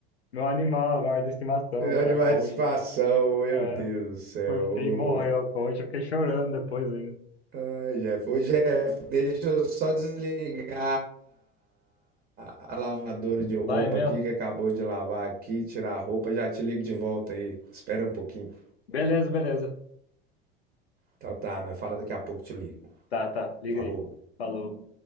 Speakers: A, on the left (about 85°); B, on the right (about 30°).
A: meu animal agora de estimação, né,
B: Animal
A: a concha.
B: de estimação, meu
A: É,
B: Deus do céu.
A: por fim morreu a concha, fiquei chorando depois ainda.
B: Ai, Jeff. Ô, Jeff, deixa eu só desligar a lavadora de roupa
A: Vai mesmo?
B: aqui, que acabou de lavar aqui, tirar a roupa, já te ligo de volta aí. Espera um pouquinho.
A: Beleza, beleza.
B: Então tá, nós fala daqui a pouco, te ligo.
A: Tá, tá, liga
B: Falou.
A: aí. Falou.